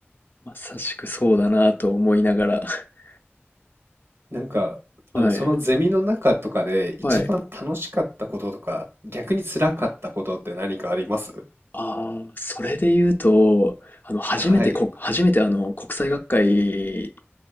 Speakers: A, on the left (about 50°); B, on the right (about 70°).
A: まさしくそうだなと思いながら。<laughs>
B: なんか、
A: はい。
B: あの、そのゼミの中とかで一番楽しかったこととか、
A: はい。
B: 逆に辛かったことって何かあります？
A: ああ、それで言うと、あの、初めてこ、
B: はい、
A: 初めてあの、国際学会